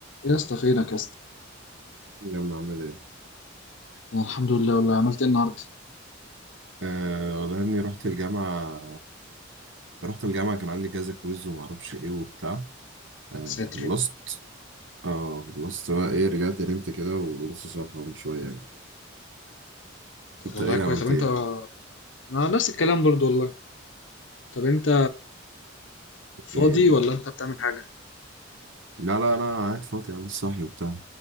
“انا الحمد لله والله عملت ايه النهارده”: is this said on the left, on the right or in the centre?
Left